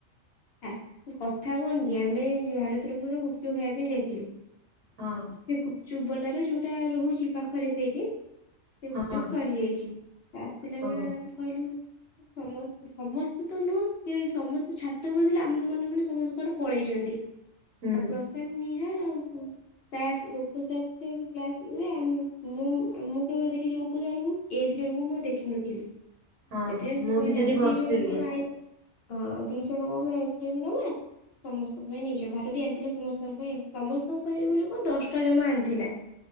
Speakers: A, on the left; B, on the right.
A: ଆ, କଥା କଣ କି ଆମେ ଭାରତୀର ମୋର ଗୁପଚୁପ ଖାଇବା ପାଇଁ ଯାଇଥିଲୁ।
B: ହଁ।
A: ସେ ଗୁପଚୁପ୍ ବଲାର ର ଯୋଉଟା ରହୁଛି ପାଖରେ ସେଇଠି। ଗୁପଚୁପ
B: ହଁ
A: ସରିଯାଇଛି, ଆସିଲା ବେଳେ
B: ଓହୋ
A: ଆମ କହିଲୁ ସମ ସମସ୍ତେ ତ ନୁହଁ କେଇ ସମସ୍ତେ ଛାତ ଉପରେ ଥିଲେ ଆମ ମନେ ମନେ ସମସ୍ତେ କୁଆଡେ ପଳେଇଚନ୍ତି।
B: ହୁଁ
A: ଆଉ ପ୍ରଶାନ୍ତ, ନିହାର ଆଉ ସାର୍ ଗୋପ ସାର୍ ଥିଲେ କ୍ଲାସ୍ ହୁଏ, ଆମ ମୋ ଆମ <unintelligible> ଗୋପ ସାର୍ ଙ୍କୁ। ଏ ଦି ଜଣଙ୍କୁ ମୁଁ ଦେଖିନଥିଲି, ସେଥିପାଇଁ
B: ହଁ
A: ମୁଁ କହିଲି
B: ବି ସେଠି
A: ଆମେ
B: ବସିଥିଲି।
A: ଦି ଜଣ କଣ ଆଇସ୍ ହଁ ଦି ଜଣଙ୍କ ପାଇଁ ଆଇସ୍କ୍ରିମ୍ ନବା। ସମସ୍ତଙ୍କ ପାଇଁ ନେଇଯିବା, ଭାରତୀ ଆଣିଥିଲା ସମସ୍ତଙ୍କ ପାଇଁ, ସମସ୍ତଙ୍କ ପାଇଁ <unintelligible> ହଁ ଦଶଟା ଜମା ଆଣିଥିଲା,